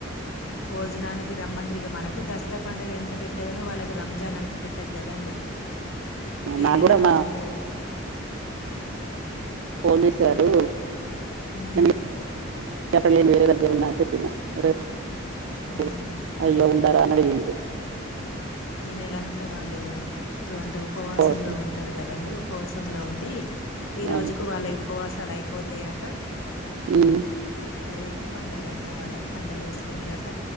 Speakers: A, on the left (about 80°); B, on the right (about 75°).
A: భోజనానికి రమ్మంటారు ఇక మనకు దసరా పండుగ ఎంత పెద్దగానో వాళ్ళ రంజాన్ అంత పెద్దది కదాండి ఏ
B: నాకు
A: నెల
B: కూడా
A: రోజులు
B: మా పోలీస్ గారు
A: ఉమ్
B: <unintelligible> కాపిటల్ ఏ వేరేదని ఏమన్నా చెప్పిండా <unintelligible>
A: ఉమ్
B: ఓ అయ్యో ఉండారానడిగింద్
A: ఈ నెలంతా వాళ్ళు ఉర్ అంటే ఉపవాసంలో
B: ఉపవాసం
A: ఉంటార్ గదండి ఉప్ పవసంలో ఉండి ఈ రోజుకు
B: అవును
A: వాళ్ళయి ఉపవాస్ అసలు అయిపోతయట
B: ఉమ్
A: రేపు పండగంట వాళ్ళది పండుగ ఎసుకుంట్రట.